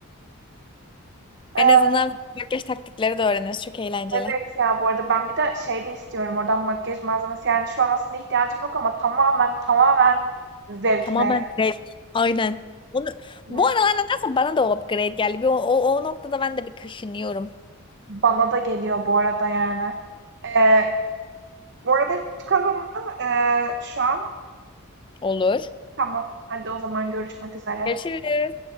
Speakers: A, on the right; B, on the left.
A: Eee,
B: En azından makyaj taktikleri de öğreniriz. Çok eğlenceli.
A: evet ya bu arada ben bir de şey de istiyorum oradan makyaj malzemesi. Yani şu an aslında ihtiyacım yok ama tamamen tamamen zevkine
B: Tamamen zevk. Aynen. Onu,
A: yani.
B: bu aralar nedense bana da o upgrade geldi. Bir, o, o, o noktada ben de bir kaşınıyorum.
A: Bana da geliyor bu arada yani. Eee bu arada çıkalım mı? Eee, şu an
B: Olur.
A: tamam. Hadi o zaman görüşmek üzere.
B: Görüşürüz.